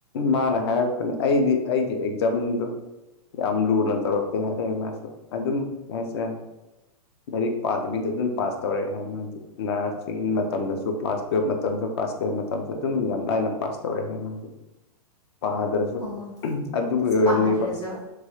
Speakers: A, on the left (about 40°); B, on the left (about 80°).
A: ꯃꯥꯅ ꯍꯥꯏꯔꯛꯄꯅꯦ ꯑꯩꯗꯤ ꯑꯩꯒꯤ ꯑꯦꯛꯖꯥꯝꯗꯨ꯫ ꯌꯥꯝ ꯂꯨꯅ ꯇꯧꯔꯛꯇꯦ ꯍꯥꯏꯔꯦ ꯃꯥꯁꯨ ꯑꯗꯨꯝ ꯑꯦ ꯁꯦ ꯂꯥꯏꯔꯤꯛ ꯄꯥꯗꯕꯤꯗ ꯑꯗꯨꯝ ꯄꯥꯁ ꯇꯧꯔꯛꯑꯦ ꯍꯥꯏ ꯃꯥꯗꯤ ꯅꯔꯁꯤꯡꯒꯤ ꯃꯇꯝꯗꯁꯨ ꯀ꯭ꯂꯥꯁ ꯇꯨꯌꯦꯜꯕ ꯃꯇꯝꯁꯨ ꯀ꯭ꯂꯥꯁ ꯇꯦꯟ ꯃꯇꯝꯁꯨ ꯑꯗꯨꯝ ꯌꯥꯝ ꯂꯥꯏꯅ ꯄꯥꯁ ꯇꯧꯔꯛꯦ ꯍꯦꯅ ꯄꯥꯗ꯭ꯔꯁꯨ
B: ꯑꯣ
A: ꯑꯗꯨꯕꯨ
B: ꯑꯁ
A: ꯑꯣꯏꯔꯝꯅꯦꯕ
B: ꯄꯥꯗ꯭ꯔꯁꯨ